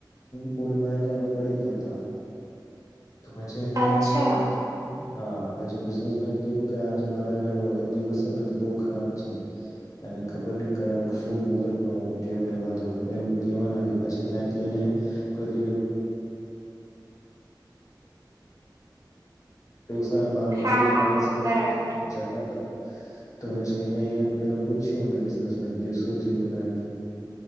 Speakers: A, on the left; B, on the right.
A: પુલમાં એને પડી ગયા હતા. તો પછી એને
B: અચ્છા
A: એને હા પછી બિઝનેસ મેન કીધું કે આજે મારા દિવસ જ નથી બો ખરાબ છે અને ખબર નય ક્યાં શું મુહર્ત ઉઠ્યોને બધું એમ પછી ત્યાંથી એને કોઈ <unintelligible> મા
B: હા
A: વૃદ્ધ
B: હા
A: માણસો
B: હા
A: ચાલતાતા
B: બરાબર
A: તો પછી એને પેલા પૂછ્યુંને બિઝનેસમેને કે શું થયું